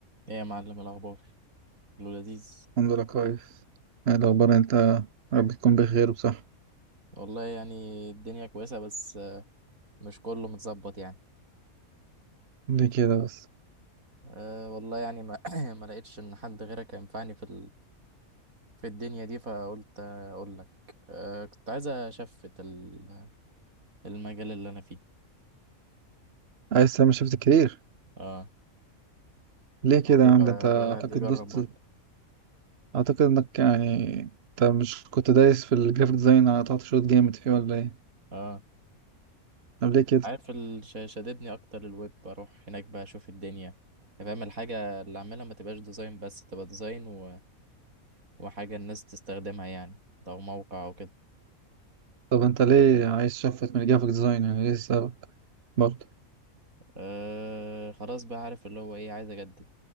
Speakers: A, on the right; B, on the right.
A: ايه يا معلم الاخبار كله لذيذ
B: الحمد لله كويس ايه الاخبار انت يا رب تكون بخير وبصحة
A: والله يعني الدنيا كويسه بس مش كله متظبط يعني
B: ليه كده بس
A: أه والله يعني ما <clears throat> ما لقيتش ان حد غيرك ينفعني في ال... في الدنيا دي فقلت اقول لك أه كنت عايز اشفت ال... المجال اللي انا فيه
B: عايز تعمل شيفت كارير
A: اه
B: ليه كده
A: الواحد يج-
B: يا عم ده
A: الواحد
B: انت اعتقد
A: يجرب
B: دوست
A: برضه
B: اعتقد انك يعني انت مش كنت دايس في الجرافيك ديزاين على تحت شوط جامد فيه ولا ايه
A: اه
B: طب ليه كده
A: عارف ال... ش- شددني اكتر الويب اروح هناك بقى اشوف الدنيا فاهم الحاجه اللي اعملها ما تبقاش ديزاين بس تبقى ديزاين و... وحاجه الناس تستخدمها يعني او موقع او
B: طب انت ليه
A: كده
B: عايز شفت من الجرافيك ديزاين يعني ليه السبب برضه
A: أه خلاص بقى عارف اللي هو ايه عايز اجدد